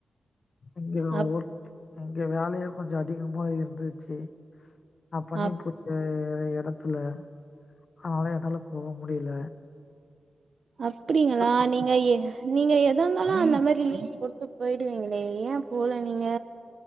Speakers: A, on the left (about 60°); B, on the right (about 65°).
A: இங்க
B: அப்
A: ஒர்க் இங்க வேலயே கொஞ்ச அதிகமா இருந்துச்சு அப்பனே
B: அப்
A: புத்த ந்த எடத்துல அதனால என்னால போக முடில
B: அப்டிங்களா
A: வாங்க.
B: நீங்க எ நீங்க எ தா இருந்தாலு அந்த மாரி லீவ் போட்டு போயிடுவிங்களே ஏ போல நீங்க